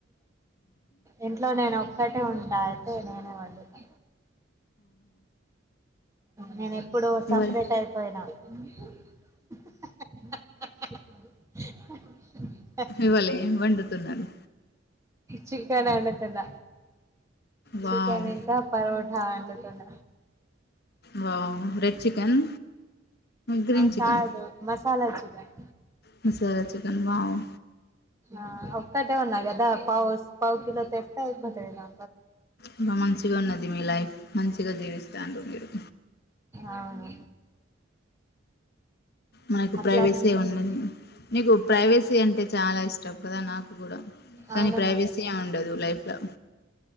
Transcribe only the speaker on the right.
ఇంట్లో నేను ఒక్కటే ఉంటా అయితే నేనే వండుతా నేను. ఇప్పుడు సపరేట్
అయిపోయినా. హ్ ఆహ్. ఆహా ఆహ్.
చికెన్ వండుతున్న.
చికెన్ ఇంకా పరోటా వండు. తున్న
ఆ
కాదు మసాలా చికెన్
ఆహా ఒక్కటే ఉన్నా కదా పావు పావు కిలో తెస్తా అయిపోతాది నా
అవును
అట్లానే
ఉండాలి
అవునన్నా